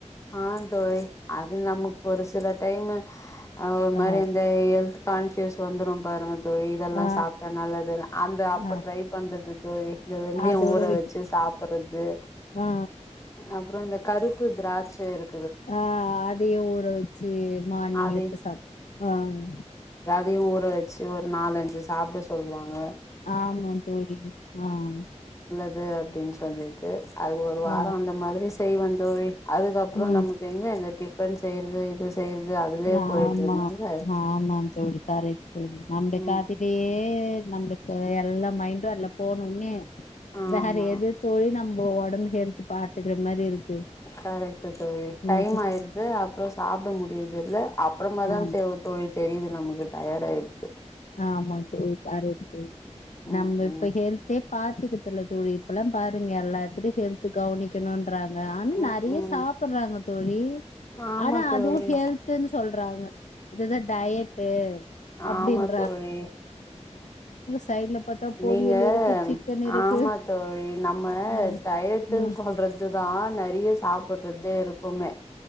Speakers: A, on the left (about 25°); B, on the left (about 85°).
A: ஆஹ் தோழி அது நமக்கு ஒரு சில டைமு ஒரு மாதிரி
B: ஆ
A: எந்த கான்சியஸ் வந்துரும் பாருங்க தோழி இதெல்லாம்
B: ஆ
A: சாப்பிட்டேன் நல்லது அந்த அப்ப
B: ஆ
A: ட்ரை பண்றது தோழி இந்த வெந்தயம்
B: அதோட
A: ஊற
B: விட்
A: வச்சு சா சாப்புறது
B: ஆ
A: அப்புறம் இந்த கருப்பு திராட்சை இருக்
B: ஆஹ் அதையு ஊற வச்சு மார்னிங்
A: அது
B: எடுத்து சாப் ஆஹ்
A: அதையும் ஊற வச்சு ஒரு நாலஞ்சு சாப்பிட சொல்லுவாங்க
B: ஆமா தோழி ஆஹ்
A: அப்படின்னு சொல்லிட்டு அது ஒரு
B: ஆ
A: வாரம் அந்த மாதிரி செய்வோ தோழி அதுக்கப்புறம்
B: ம்
A: நமக்கு எங்க இந்த டிஃபன் செய்யறது இது செய்றது அதுலயே
B: ஆமா
A: போயிட்ருந்தாங்க
B: ஆமா தோழி கரிக்ட்டு நம்ப
A: ம்
B: காத்திலயே நம்மளுக்கு எல்லா மைண்டும் அதுல போனோனே
A: ஆமா
B: வேற எது தோழி நம்ம உடம்பு ஹெல்த்து பாத்துக்ரமாரி இருக்கு
A: கரெக்ட் தோழி
B: ம்
A: டைம் ஆயிருது அப்புறம் சாப்பிட முடியரது இல்ல அப்புறமா தான்
B: ஆம்
A: தோழி தெரியுது நமக்கு டயர்டு ஆயிடுச்சு
B: ஆமா தோழி கரெட்
A: ம்
B: நம்ப இப்ப
A: ம்
B: ஹெல்த்தே பாத்துக்கதுல தோழி இப்பல்லாம் பாருங்க எல்லாத்துக்கும் ஹெல்து கவனிக்கணும் றாங்க ஆனா
A: ம்
B: நெறைய
A: ம்
B: சாப்டுறாங்க தோழி
A: ஆமா
B: ஆனா
A: தோழி
B: அதுவும் ஹெல்துன்னு சொல்றாங்க இதுதான் டயடு அப்டின்னு
A: ஆமா தோழி
B: சைட்ல பாத்தா பொரியல்
A: நீங்க
B: இருக்கு சிக்கன் இருக்கு
A: ஆமா தோழி நம்ம
B: ம்
A: டயட்ன்னு
B: ம்
A: சொல்றது தான் நிறைய சாப்படுறதே இருக்கு எப்போமே